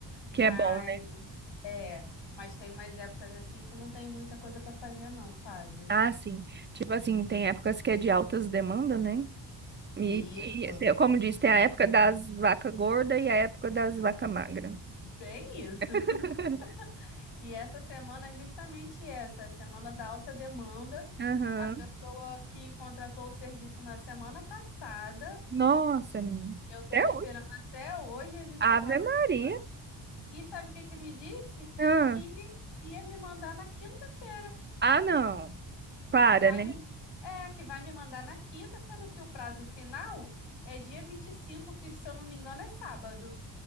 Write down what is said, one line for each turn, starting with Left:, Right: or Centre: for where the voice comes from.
Left: Mas
Right: Que é bom, né?
Left: é, mas tem umas épocas assim que não tem muita coisa pra fazer não, sabe?
Right: Ah, sim. Tipo assim, tem épocas que é de altas demandas, né? E,
Left: Isso,
Right: e tem- como diz, tem a época das vacas gordas e a época das vacas magras.
Left: bem isso.
Right: <laughs>
Left: <laughs> E essa semana é justamente essa, a semana da alta demanda.
Right: Aham.
Left: A pessoa que contratou o serviço na semana passada
Right: Nossa, menina.
Left: Eu estou
Right: Até
Left: esperando
Right: hoje.
Left: até hoje as informações.
Right: Ave Maria.
Left: E sabe o que que me disse?
Right: Ah,
Left: Que ia me mandar na quinta-feira,
Right: ah, não. Para,
Left: que vai
Right: né?
Left: me é, que vai me mandar na quinta, sendo que o prazo final é dia vinte e cinco que se eu não me engano é sábado.